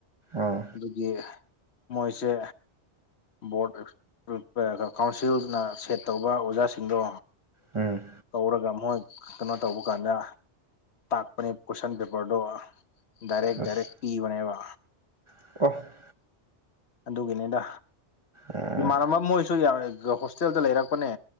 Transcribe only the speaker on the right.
ꯑꯣ
ꯎꯝ
ꯑꯁ
<unintelligible>
ꯎꯝ